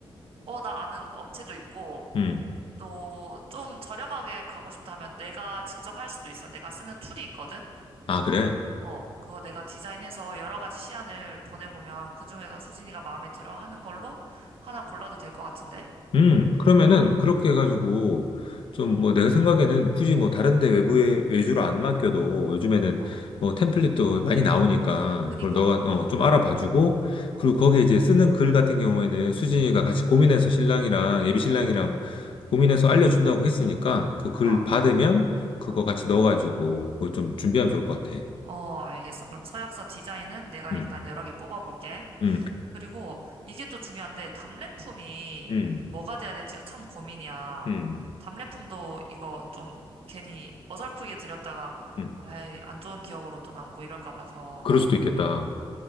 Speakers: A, on the right; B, on the left.
A: 어, 나 아는 업체도 있고,
B: 음.
A: 또 좀 저렴하게 가고 싶다면 내가 직접 할 수도 있어. 내가 쓰는 툴이 있거든?
B: 아, 그래?
A: 어, 그거 내가 디자인해서 여러 가지 시안을 보내보면 그중에서 수진이가 마음에 들어 하는 걸로 하나 골라도 될 것 같은데?
B: 음, 그러면은 그렇게
A: 어,
B: 해가지고 좀 뭐 내가 생각에는 굳이 뭐 다른 데 외부에 외주로 안 맡겨도 요즘에는
A: 어,
B: 뭐 템플릿도 많이 나오니까
A: 그니까.
B: 그걸 너가 어, 좀 알아봐주고
A: 어,
B: 그리고 거기에 이제 쓰는 글 같은 경우에는 수진이가 같이 고민해서 신랑이랑 예비 신랑이랑 고민해서 알려준다고 했으니까 그 글
A: 어,
B: 받으면 그거
A: 어.
B: 같이 넣어가지고 그거 좀 준비하면 좋을 것 같아.
A: 어, 알겠어. 그럼 서약서 디자인은 내가
B: 음,
A: 일단 여러 개 뽑아볼게.
B: 음,
A: 그리고 이게 또 중요한데 답례품이
B: 음,
A: 뭐가 돼야 될지가 참 고민이야.
B: 음,
A: 답례품도 이거 좀 괜히 어설프게 드렸다가
B: 음.
A: 아이 안 좋은 기억으로 또 남고 이럴까 봐서
B: 그럴 수도 있겠다.